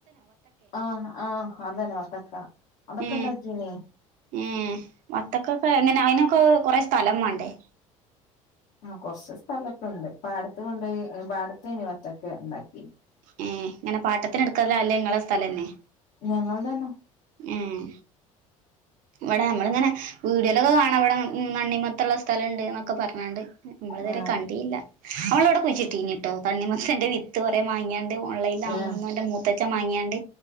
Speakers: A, on the left; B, on the right.
A: ആഹ് ആഹ് അതാണ്െ വത്തക്ക <inaudible>
B: ഉ
A: ഉണ്ടാക്കീനി
B: ഏ വത്തക്കൊക്കെ എങ്ങനെ അയിനൊക്കെ കൊറേ സ്ഥലം വാണ്ടേ
A: ആ കൊറച്ച് സ്ഥലൊക്കെ ഇണ്ട് പാടത്ത് കൊണ്ടോയി പാടത്തേനി വത്തക്ക ഇണ്ടാക്
B: മ്മ് ഇങ്ങനെ പാട്ടത്തിനെട്ത്തതാ അല്ലേ ഇങ്ങളെ സ്ഥലെന്നെ
A: ഞങ്ങൾതന്നെ
B: മ്മ് വടെ നമ്മളിങ്ങനെ വീടിയോലൊക്കെ കാണാ ഇവിടെ നണ്ണിമത്തൻ ഇള്ള സ്ഥലംണ്ട് എന്നൊക്കെ പറഞ്ഞാണ്ട് അമ്മള്തരെ
A: ആ
B: കണ്ടീല്ല അമ്മള് ഇവടെ കുഴിച്ചിട്ടീനിട്ടോ തണ്ണിമത്തന്റെ വിത്ത് കൊറേ മാങ്ങിയാ ഓൺലൈൻലാണ്
A: ആ
B: തോന്ന്ണു ഇൻ്റെ മൂത്തച്ചൻ മാങ്ങിയാണ്ട്